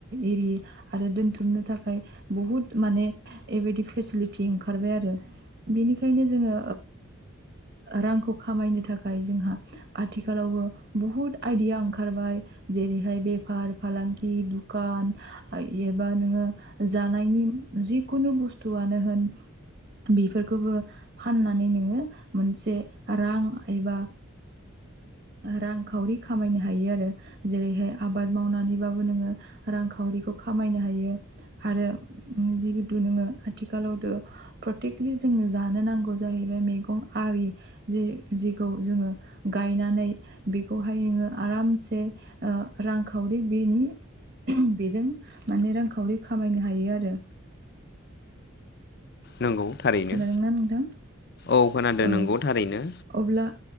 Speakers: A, on the right; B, on the left.
A: इरि आरो दोनथुमनो नि थाखाय बुहुद माने बेबायदि फेसिलिटि ओंखारबाय आरो बेनिखायनो जोङो रांखौ खामायनो थाखाय जोंहा आथिखालाव बुहुत आयडिया ओंखारबाय जेरैहाय बेफार फालांगि दुखान एबा नोङो जानायनि जिखुनु बुस्थुआनो होन बेफोरखौबो फाननानै नोङो मोनसे रां एबा रांखावरि खामायनो हायो आरो जेरैहाय आबाद मावनानैबाबो नोङो रांखावरिखौ खामायनो हायो आरो जिहेतु नोङो आथिखालावथ प्रटेकलि जोंनो जानो नांगौ जाहै मैगं आरि जे जेखौ जोङो गायनानै बेखौहाय नोङो आ आरामसे रांखावरि बेनि बेजों माने रांखावरि खामायनो हायो आरो
B: नंगौ थारैनो
A: खोनादोंना नोंथां
B: औ खोनादों
A: औ
B: नंगौ थारैनो
A: अब्ला